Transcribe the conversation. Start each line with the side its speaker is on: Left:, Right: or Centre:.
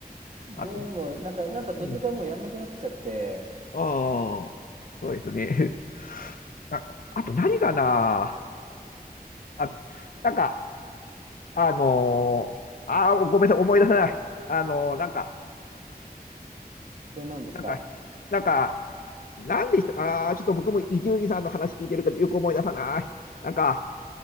Right: でも、
Left: あと、
Right: なんか、なんか途中からもうやんなくなっちゃって、
Left: うんああ、そうですね。<laughs> あ、あと何かなあ、なんか、あのーあー、ごめんなさい、思い出せない。あのーなんか、
Right: そうなんですか。
Left: なんか、なんか、なんでしたかなちょっと僕も伊集院さんの話聞いてるけど、よく思い出さない。なんか、